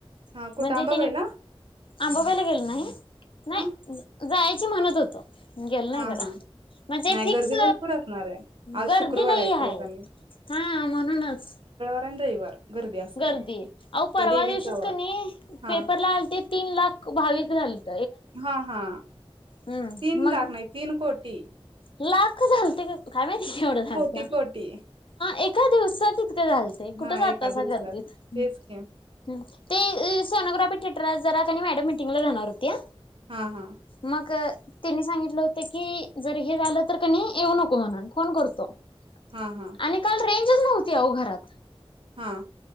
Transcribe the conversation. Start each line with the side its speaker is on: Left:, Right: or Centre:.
Right: हा कुठं
Left: म्हणजे
Right: आंबाबाईला
Left: तिने अंबाबाईला गेल नाही? नाही
Right: हा
Left: जायची म्हणत होती. गेल नाही
Right: हा
Left: करा
Right: हा
Left: म्हणजे
Right: नाही
Left: फिक्स
Right: गर्दी भरपूर असणार आहे आज
Left: गर्दी
Right: शुक्रवार
Left: लई आहे
Right: ते एक आणि
Left: हा म्हणूनच.
Right: पण रविवार. गर्दी असत्या
Left: गर्दी अहो
Right: त्या
Left: परवा
Right: देवीचा
Left: दिवशीच
Right: वार
Left: क नाही
Right: हा
Left: पेपरला आलते तीन लाख भाविक झाले
Right: हा हा
Left: हम्म
Right: तीन
Left: मग
Right: लाख नाही तीन कोटी
Left: लाख झालते का? काय माहिती एवढं झालत
Right: कोटी कोटी
Left: एका दिवसात इ लते कुठे
Right: हा
Left: जाता
Right: एका
Left: सुट्ट्यात.
Right: दिवसात
Left: हा गर्दीत
Right: तेच की
Left: ते सोनोग्राफी <unintelligible> टरात जरा मॅडम मिटिंग ला जाहणार होत्या
Right: हा हा
Left: मग त्यांनी सांगितलं होत की जर हे झालं तर कणी येऊ नको म्हणून फोन करतो.
Right: हा हा
Left: आणि काल रे <unintelligible> नव्हती ओ घरात
Right: हां